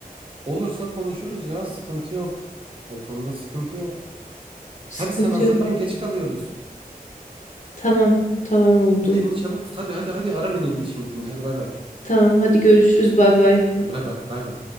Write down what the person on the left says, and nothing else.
Sıkıntı
yok.
Tamam, tamam oldu.
Tamam, hadi görüşürüz. Bay bay.